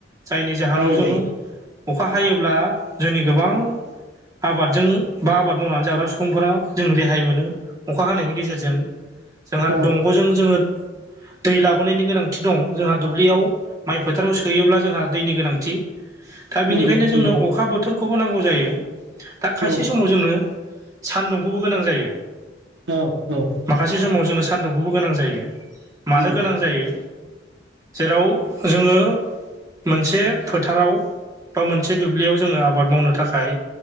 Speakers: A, on the right; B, on the right.
A: जायनि जाहोनाव
B: जायो
A: जोङो
B: जायो
A: अखा हायोब्ला जोंनि गोबां आबादजों बा आबाद मावनानै जाग्रा सुबुंफोरा जों रेहाय मोनो अखा हानायनि गेजेरजों। जोंहा
B: औ
A: दंग'जों जोङो
B: <inaudible>
A: दै लाबोनायनि गोनांथि दं जोंहा दुब्लियाव माइ फोथाराव सोयोब्ला जोंहा दैनि गोनांथि। दा बेनिखायनो
B: नंगौ
A: जोंनो
B: नंगौ
A: अखा बोथोरखौबो नांगौ जायो दा खायसे
B: औ
A: समाव जोंनो सानदुंखौबो गोनां जायो।
B: औ-औ।
A: माखासे समाव जोंनो सान्दुंखौबो गोनां जायो मानो
B: औ
A: गोनां जायो। जेराव जोङो मोनसे फोथाराव बा मोनसे दुब्लियाव जोङो आबाद मावनो थाखाय